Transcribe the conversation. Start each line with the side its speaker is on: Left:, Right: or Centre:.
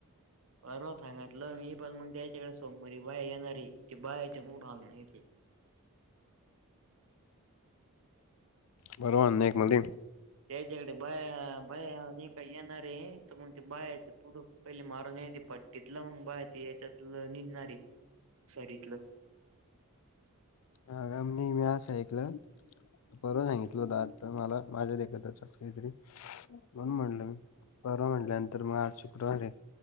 Right: परवा सांगितलं मी पण, मग त्याच्याकडे सोमवारी बाया येणारी की बायाचे मु भाग नाही.
Left: बरोब नाही एक मध्ये
Right: त्याच्याकडे बाया बाया का येणार आहे तरण, ते बायाचे पुढे. पहिली मारून य ती पट्टीतलं, मंग बाळ त याच्यातलं निदणारी सरीतलं.
Left: हा का मी बी असं ऐकलं परवा सांगितलं दाट मला माझ्यादेखतच अस काहीतरी म्हणून म्हणलं मी परवा म्हटल्यानंतर मग आज शुक्रवार आहे